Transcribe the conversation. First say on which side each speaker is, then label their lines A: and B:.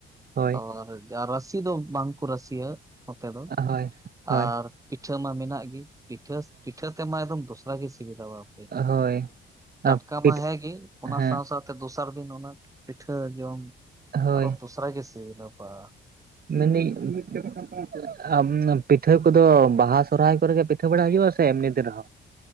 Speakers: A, on the right (about 50°); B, on the right (about 15°).
A: ᱦᱳᱭ
B: ᱚᱨ ᱡᱟᱨᱟᱥ ᱨᱟᱥᱤ ᱫᱚ ᱵᱟᱝ ᱠᱚ ᱨᱟᱥᱤ ᱭᱟ ᱱᱚᱛᱮ ᱫᱚ
A: ᱦᱳᱭ ᱦᱳᱭ
B: ᱟᱨ ᱯᱤᱴᱷᱟᱹ ᱢᱟ ᱢᱮᱱᱟᱜ ᱜᱤ᱾ ᱯᱤᱴᱷᱟᱹᱥ ᱯᱤᱴᱷᱟᱹ ᱛᱮᱢᱟ ᱮᱫᱚᱢ ᱫᱚᱥᱨᱟ ᱜᱮ ᱥᱤᱵᱤᱞᱟ ᱵᱟᱵ,
A: ᱦᱳᱭ ᱦᱳᱭ
B: ᱴᱟᱴᱠᱟ
A: ᱯᱤᱴ
B: ᱢᱟ ᱦᱮᱸᱜᱤ ᱚᱱᱟ
A: ᱦᱮᱸ
B: ᱥᱟᱶ ᱥᱟᱶ, ᱛᱚ ᱫᱚᱥᱟᱨ ᱫᱤᱱ ᱚᱱᱟ ᱯᱤᱴᱷᱟᱹ ᱡᱚᱢ
A: ᱦᱳᱭ
B: ᱟᱨᱚ ᱫᱚᱥᱨᱟ ᱜᱮ ᱥᱤᱵᱤᱞᱟ ᱵᱟ᱾
A: ᱢᱮᱱ ᱫᱤᱝ <unintelligible> ᱢᱟᱱᱮ ᱯᱤᱴᱷᱟᱹ ᱠᱚᱫᱚ ᱵᱟᱦᱟ ᱥᱚᱨᱚᱦᱟᱭ ᱠᱚᱨᱮᱜᱮ ᱯᱤᱴᱷᱟᱹ ᱵᱟᱲᱟ ᱦᱩᱭᱩᱜ ᱼᱟ ᱥᱮ ᱮᱢᱱᱤ ᱫᱤᱱ ᱨᱮᱦᱚᱸ?